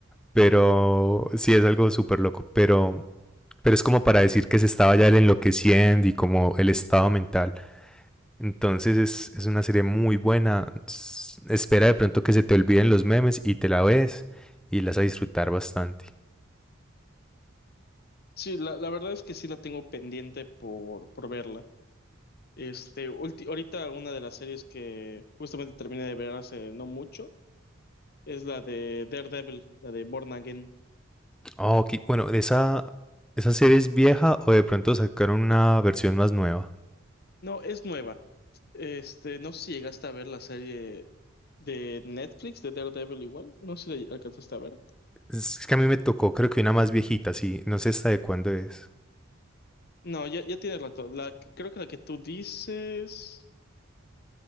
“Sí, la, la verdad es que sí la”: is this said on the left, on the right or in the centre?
Left